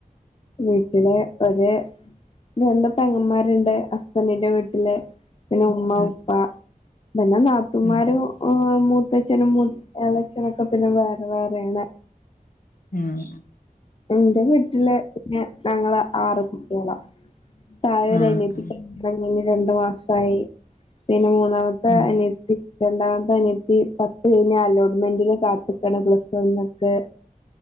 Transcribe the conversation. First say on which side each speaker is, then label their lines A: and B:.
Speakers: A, on the left (about 40°); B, on the left (about 70°).
A: വീട്ടില് ഒരു രണ്ട് പെങ്ങന്മാരുണ്ട് ഹസ്ബന്റിന്റെ വീട്ടില് പിന്നെ ഉമ്മ
B: ഉം
A: ഉപ്പാ പിന്ന നാതൂൻമരു
B: ഉം
A: ഓമും മൂത്തച്ഛനും ഏളേച്ഛനൊക്കെ പിന്നെ വേറെ വേറെയാണ്
B: മൂ അ
A: എന്റെ വീട്ടില് പിന്നെ ഞങ്ങള് ആറ് കുട്ട്യോള തായരനിയത്തി
B: ആഹ്
A: പെങ്ങളാണ് ഒന് രണ്ട് മാസായി പിന്നെ മൂ ന്നമത്തെ
B: ഉം
A: അനിയത്തി രണ്ടാമത്തെ അനിയത്തി പത്ത് കഴിഞ്ഞ അലോട്ട്മെന്റിന് കാത്തക്കണ പ്ലസ്വാണുക്ക്